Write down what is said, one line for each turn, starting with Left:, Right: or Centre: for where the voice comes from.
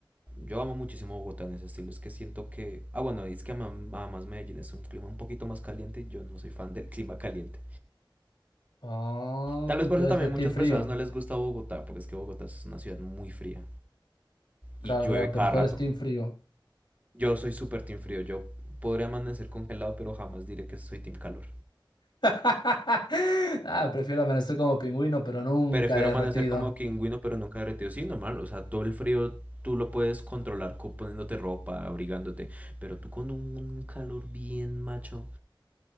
Right: Yo amo muchísimo Bogotá en ese estilo, es que siento que... Ah, bueno, es que ama- además Medellín es un clima un poquito más caliente, yo no soy fan del <laughs> clima caliente.
Left: Ah,
Right: Tal vez por
Left: tú
Right: eso
Left: eres
Right: también
Left: de Team
Right: muchas
Left: Frío.
Right: personas no les gusta Bogotá, porque es que Bogotá es una ciudad muy fría
Left: Claro,
Right: y llueve
Left: claro,
Right: cada
Left: pero tú
Right: rato.
Left: eres Team Frío.
Right: Yo soy súper team frío, yo podría amanecer congelado, pero jamás diré que soy team calor.
Left: <laughs> Ah, prefiero amanecer como pingüino, pero nunca
Right: Prefiero
Left: derretido.
Right: amanecer como pingüino, pero nunca derretido. Sí, normal, o sea, todo el frío tú lo puedes controlar co- poniéndote ropa, abrigándote, pero tú con un calor bien macho.